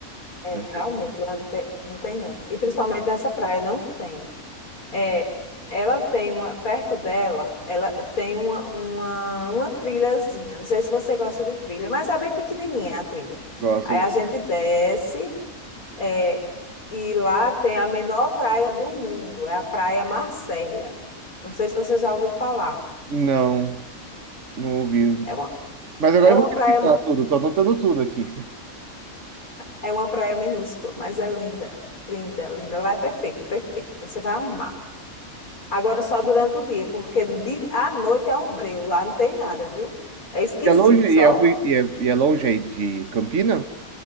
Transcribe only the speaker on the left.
É,
realmente, lá não tem, não tem não. E principalmente nessa praia não tem. É, ela tem uma, perto dela, ela tem uma, uma, uma trilhazinha. Não sei se você gosta de trilha, mas é bem pequenininha a trilha.
Aí
a gente desce, é, e lá tem a menor praia do mundo, é a Praia Marcélia. Não sei se você já ouviu falar.
É uma,
é uma
praia,
é uma praia minúscula, mas é linda, linda, linda. Lá é perfeito, perfeito. Você vai amar. Agora só durante o dia, porque de- à noite é um breu, lá não tem nada, viu? É esquisito,
só